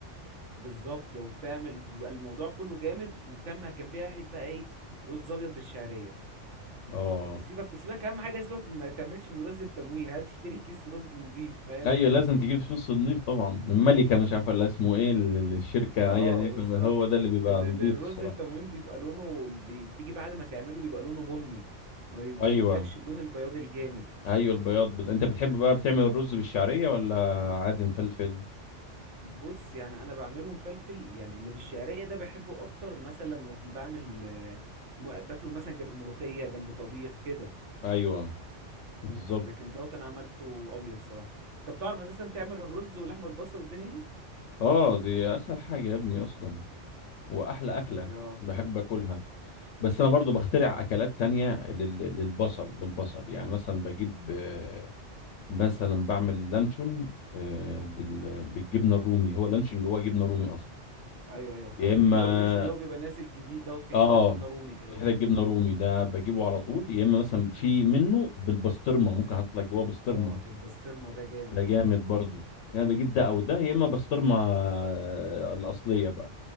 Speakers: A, on the right; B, on the left.
A: بالظبط وبتعمل بيبقى الموضوع كله جامد وبتعمل جنبيها حته بقى ايه رز ابيض بالشعريه
B: اه
A: وسيبك وسيبك اهم حاجه سيبك ما تعملش من رز التموين هات اشتري كيس رز نضيف فاهم
B: ايوه لازم تجيب فلوس نضيف طبعا الملكه مش عارفه اللي اسمه ايه ال- ال- الشركه
A: اه
B: ايا يكن
A: بالظبط
B: بقى هو ده اللي بيبقى
A: ان
B: نضيف
A: ال- الرز
B: الصراحه
A: التموين بيبقى لونه بي- بتيجي بعد ما تعمله بيبقى لونه بني ما بي- ما
B: ايوه
A: بيدكش اللون البياض الجامد
B: ايوه البياض بد... انت بتحب
A: فاهمني
B: بقى بتعمل الرز بالشعريه ولا عادي مفلفل
A: بص يعني انا بعمله مفلفل يعني اللي بالشعريه ده بحبه اكتر مثلا لما اكون بعمل آه، م- باكله مثلا جنب ملوخيه جنب طبيخ كده
B: ايوه بالظبط
A: لكن دوت انا عملته ابيض صراحه انت بتعرف اساسا تعمل الرز واللحمه البصل والدنيا دي
B: اه دي اسهل حاجه يا ابني اصلا واحلى اكله
A: اه
B: بحب اكلها بس انا برضو بخترع اكلات تانية لل... للبصل بالبصل يعني مثلا بجيب آه، مثلا بعمل لانشون آه، بال... بالجبنه الرومي هو لانشون جواه جبنه رومي اصلا
A: ايوه ايوه فاهمك
B: يا اما
A: اللي هو اللانشون اللي هو بيبقى نازل جديد دوت فيه
B: اه
A: حته جبنه رومي كده
B: في
A: اهو
B: حته جبنه رومي
A: مم.
B: ده بجيبه على طول يا اما مثلا في منه بالبسطرمه ممكن احط لك جواه بسطرمه
A: اه بالبسطرمه ده جامد
B: ده جامد برضو يعني بجيب ده او ده يا اما بسطرمه آه، الاصليه بقى